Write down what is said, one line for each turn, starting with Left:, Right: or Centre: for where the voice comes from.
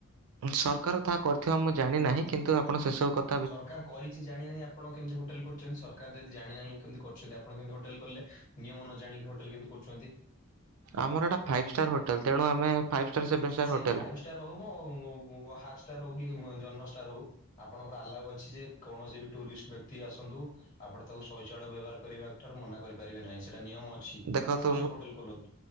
Right: ସରକାର ତାହା କରିଥିବା ମୁଁ ଜାଣିନାହିଁ କିନ୍ତୁ ଆପଣ ସେ ସବୁ କ
Left: ସରକାର କରିଛି ଜାଣିନି ଆ ଆପଣ କେମତି ହୋଟେଲ୍ କରିଛନ୍ତି। ସରକାର ଯଦି ଜାଣିନାହି କେମିତି କରିଛନ୍ତି ଆପଣ କେମିତି ହୋଟେଲ କଲେ ନିୟମ ନ ଜାଣିକି ହୋଟେଲ କେମିତ୍ କୁରୁଛନ୍ତି।
Right: ଆମର ଏଇଟା ଫାଇପୀ ଷ୍ଟାର ହୋଟଲ। ତେଣୁ ଆମେ ପାଇପି ଷ୍ଟାର ସେଭେନ୍ ଷ୍ଟାର୍
Left: ସେ
Right: ହୋଟେଲ।
Left: ଫାଇଭ ହଉ ମ ହାପ୍ ଷ୍ଟାର ହଉ କି ଜନ୍ହ ଷ୍ଟାର ହଉ। ଆପଣଙ୍କର ଆଲାୱ ଅଛି ଯେ କୌଣସି ବି ଟୁରିଷ୍ଟ ବ୍ୟକ୍ତି ଆସନ୍ତୁ ଆପଣ ତାକୁ ଶୌଚାଳୟ ବ୍ୟବହାର କରିବା ଠାରୁ ମନା କରିପାରିବେ ନାହିଁ। ସେଇଟା ନିୟମ ଅଛି
Right: ଦେଖନ୍ତୁ
Left: କୌଣସି ହୋଟେଲ ଖୋଲନ୍ତୁ।